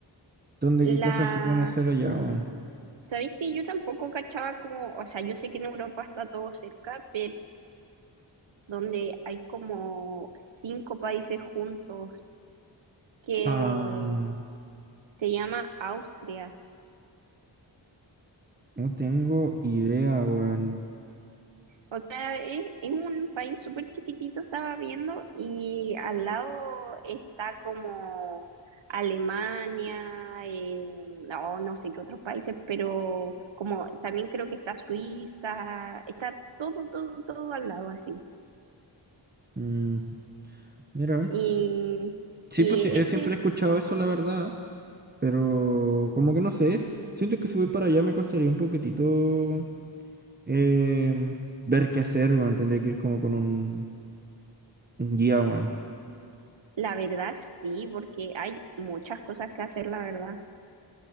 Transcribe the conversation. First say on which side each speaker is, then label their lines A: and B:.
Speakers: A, on the right; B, on the right.
A: dónde qué cosas
B: La...
A: se pueden hacer allá, weón.
B: ¿Sabéis que yo tampoco cachaba como, o sea, yo sé que en Europa está todo cerca, pero donde hay como cinco países juntos que
A: Ah,
B: se llama Austria.
A: no tengo idea, weón.
B: O sea, es, es un país súper chiquitito, estaba viendo, y al lado está como Alemania, eh, no, no sé qué otros países, pero como también creo que está Suiza, está todo, todo, todo al lado así.
A: Mm, mira,
B: Y,
A: sí,
B: y
A: pues sí, eh,
B: ese,
A: siempre he escuchado eso, la verdad, pero como que no sé, siento que si voy para allá me costaría un poquitito em, ver qué hacer, weón, tendría que ir como con un, un guía, weón.
B: la verdad sí, porque hay muchas cosas que hacer, la verdad.